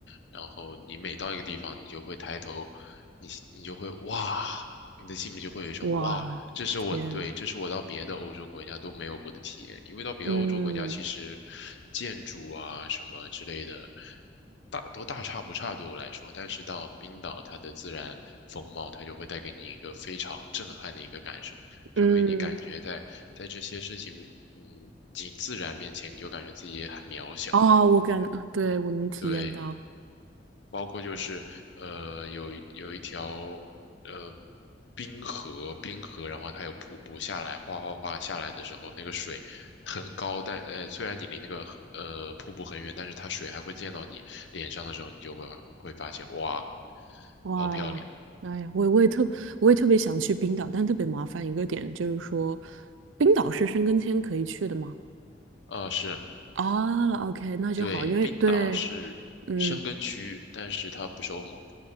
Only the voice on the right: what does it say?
哇，
天，
嗯
嗯，
哦，我感，对，我能体验到，
哇，
哎呀我也我也特我也特别想去冰岛，但特别麻烦一个点就是说，冰岛是申根签可以去的吗？
哦，OK，那就好，
因为对，
嗯，